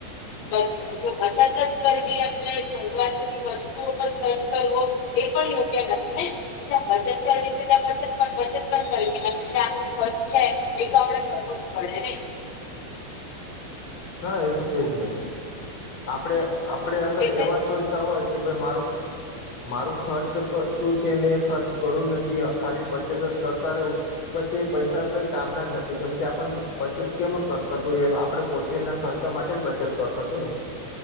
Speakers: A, on the left; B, on the left.
A: <unintelligible> જો બચત જ કરવી એમને જરૂરતની વસ્તુઓ પર ખર્ચ કરવો એ પણ યોગ્ય નથી ને બી જ્યાં બજત કરવી છે ત્યાં બજટ બચત પણ કરી અને જેો ખર્ચ છે એ તો આપડે કરવો પડેને
B: હા એ તો છે જ ન આપણે આપડ અગર
A: એટલે
B: એવા
A: જ
B: સોચતા હોય કે ભાઈ મારું મારું ખર્ચ શું છે મે ખર્ચ કરું જ નથી ખાલી બચ કરતા રહો તો પછી પૈસા કઈ કામના જ નથી કેમ કે આપને બચત કેમ કરતાએ આપણે પો તેના ખર્ચા માટે જ બચત કરતા છું ને